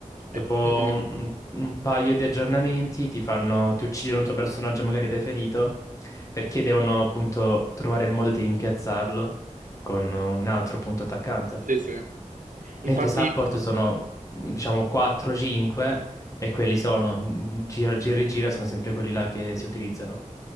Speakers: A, on the left; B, on the right.
A: Dopo
B: Eh, mm, mm.
A: un, un paio di aggiornamenti ti fanno, ti uccidono il tuo personaggio magari preferito perché devono appunto trovare il modo di rimpiazzarlo con un altro appunto attaccante.
B: Sì, sì. Infatti.
A: Mentre support sono diciamo 4-5 e quelli sono gira, gira e gira sono sempre quelli là che si utilizzano.